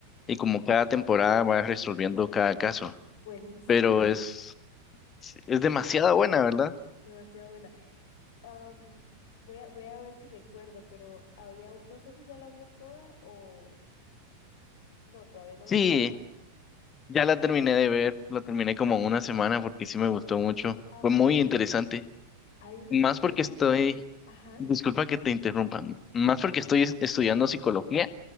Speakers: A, on the left; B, on the left.
A: y como cada temporada va resolviendo cada caso.
B: buenísima,
A: Pero es, es demasiado buena, ¿verdad?
B: demasiado buena. Am, voy a, voy a ver si recuerdo, pero había, un- no sé si ya la vio toda o no, todavía no
A: Sí,
B: la he terminado.
A: ya la terminé de ver, la terminé como en una semana porque sí me gustó mucho.
B: Ah,
A: Fue
B: ok.
A: muy interesante.
B: Hay una,
A: Más
B: hay
A: porque
B: una,
A: estoy,
B: ajá.
A: disculpa que te interrumpan, más porque estoy es- estudiando psicología